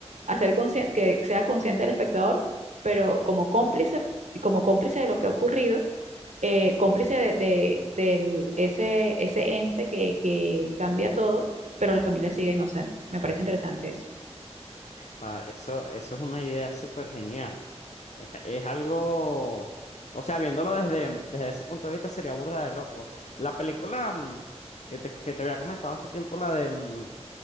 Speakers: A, on the right; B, on the left.
A: hacer conscien- que sea consciente el espectador pero como cómplice, como cómplice de lo que ha ocurrido, eh, cómplice de, de- del- ese, ese ente que, que cambia todo, pero la familia sigue inocente. Me parece interesante eso.
B: Pa- Eso, eso es una idea súper genial. Es, es algo, o sea, viéndolo desde, mm, desde ese punto de vista sería burda de loco. La película mm, que te, que te había comentado hace tiempo, la de, mm,